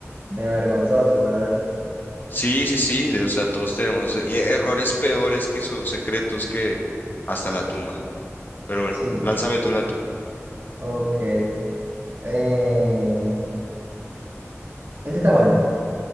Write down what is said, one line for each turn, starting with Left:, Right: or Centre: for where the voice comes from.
Right: medio vergonzoso, la verdad.
Left: Sí, sí, sí, de- o sea, todos tenemos eh, errores peores que son secretos que hasta la tumba. Pero bueno,
Right: Sí,
Left: lánzame tú una tú.
Right: ok. Eh, este está bueno.